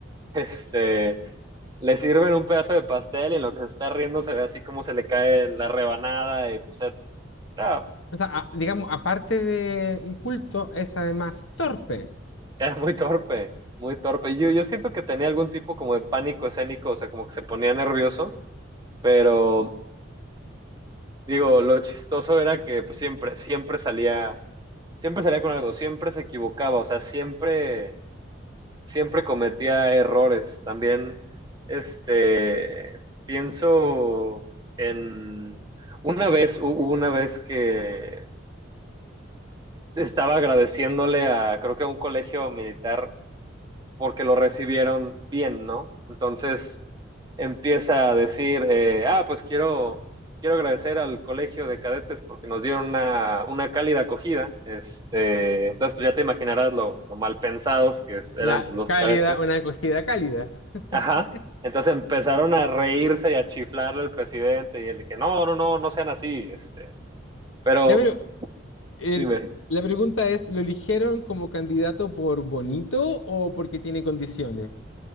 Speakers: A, on the right (about 20°); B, on the left (about 80°).
A: este le sirven un pedazo de pastel y en lo que se está riendo se ve así como se le cae la rebanada y o sea, no,
B: sea, a- digamos, aparte de inculto, es además torpe.
A: Era muy torpe, muy torpe. Yo, yo siento que tenía algún tipo como de pánico escénico, o sea, como que se ponía nervioso, pero digo, lo chistoso era que pues, siempre, siempre salía, siempre salía con algo, siempre se equivocaba, o sea, siempre, siempre cometía errores. También, este, pienso en una vez, hu- hubo una vez que estaba agradeciéndole a, creo que a un colegio militar, porque lo recibieron bien, ¿no? Entonces empieza a decir, eh, ah, pues quiero, quiero agradecer al colegio de cadetes porque nos dieron una, una cálida acogida. Este, entonces, pues ya te imaginarás lo, lo mal pensados que es- eran
B: La
A: pues, los
B: cálida,
A: cadetes.
B: una acogida cálida. <laughs>
A: Ajá. Entonces empezaron a reírse y a chiflarle al presidente y el de que no, no, no, no sean así. Este, pero
B: Ya, pero el-
A: dime,
B: la pregunta es, ¿lo eligieron como candidato por bonito o porque tiene condiciones?